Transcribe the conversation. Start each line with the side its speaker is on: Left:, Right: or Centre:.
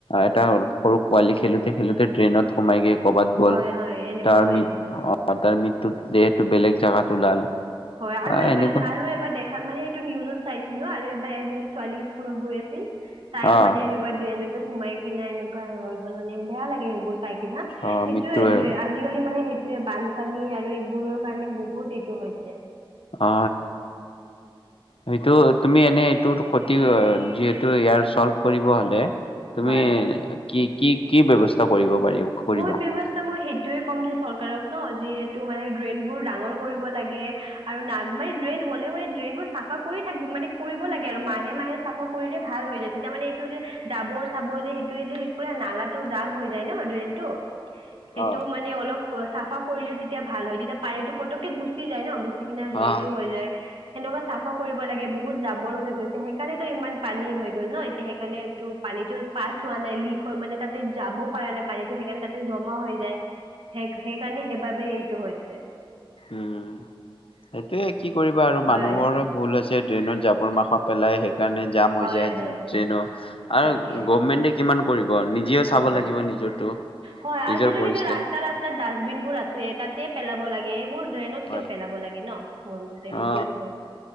Left: এটা সৰু পোৱালি খেলোতে, খেলোতে ড্ৰেইনত সোমাই গেল কৰ'বাত গ'ল।
Right: হয় হয় এনেকুৱা
Left: তাৰ
Right: হৈছেতো
Left: মি তাৰ মিট দেহটো বেলেগ জাগাত ওলাল।
Right: হয়, আৰু
Left: আহ
Right: এবাৰ,
Left: এনেকুৱা
Right: আৰু এবাৰ দে মানে এইটো নিউজত চাইছিলো আৰু এবাৰ এজনী ছোৱালী স্কুলত গৈ আছিল তাইও
Left: অ
Right: মানে এনেকুৱা ড্ৰেইনত সোমাই কিনে এনেকুৱা হৈ গল মানে বেয়া লাগে, সেইবোৰ চাইক। সেইটোয়ে
Left: অ মৃত্যু হ'ল
Right: আজিকালি মানে সেই--্ এইে বানপানী আৰু এইবোৰৰ কাৰণে বহুত এইটো হৈছে। ঠিক। <unintelligible>
Left: অ, এই সটো তুমি এনে এইটো। যিহেতু ইয়াৰ চল্ভ কৰিব হ'লে। তুমি।
Right: হয়
Left: কি, কি, কি ব্যৱস্থা কৰিব? পাৰি কৰিবা?
Right: মোৰ ব্যয়ৱস্থা মই সেই। এইয়ে কম যে চৰকাৰক ন, যিহেতটো মানে ড্ৰেইন বোৰ ডাঙৰ কৰিব লাগে। আৰু ন, মানে ড্ৰেইন হলেও মানে ড্ৰেইন বোৰ চাফা কৰি থাক মানে কৰিব লাগে। আৰু মাহে, মাহে চাফা কৰিলে ভাল হৈ যায়। তেতিয়া মানে এইটো যে জাবৰ চাবৰ যে সেইটোয়ে যে পুৰা নালাটো জাম হৈ যায় ন ড্ৰেইন তটো। সেইটো
Left: অ
Right: মানে অলপ। অ, চাফা কৰিলেও তেতিয়া ভাল হয়। তেতিয়া পানীতটো পতক গুচি যায় ন। কিনে
Left: অ
Right: এইটো হৈ যায়। সেনেকুৱা চাফা কৰিব লাগে। বহুত জাবৰ হৈ গৈছে, সেইকাৰণেেতো ইমান পানী হৈ গ'ল ন। এতিয়া সেইকাৰণেটো পানীতো পাছ হোৱা নাই লিক হৈ মানে তাতে যাবও পৰা নাই পানীত। টো সেইকাৰণে তাতে জমা হৈ যায়। সেই সেইকাৰণে সেইবাবে। হৈছে।
Left: উম, সেইটোৱে। কি কৰিবা আৰু
Right: হয়
Left: মানুহৰ ভুল হৈছে ডট্ৰেইনত যাব। কুৰ মাংস পেলাই শে। কাৰণে জাম
Right: হয়
Left: হৈ যায়
Right: হয়
Left: টেইনো আৰু
Right: তাকে
Left: গভমেটে। কিমান কৰিব। নিজেও চাব
Right: হয়
Left: লাগিব নিজৰটো
Right: হয়
Left: নিজৰ
Right: আজিকালি
Left: পৰিস্থিতি
Right: ৰাস্তা ৰাস্তাত ডাষ্টবিন বোৰ আছে তাতে পেলাব লাগে। এইবোৰ। ট্ৰেইনত
Left: হয়
Right: কিয় পেলাব লাগে ন। মোৰ মতে সেইটোয়ে
Left: অ
Right: কওঁ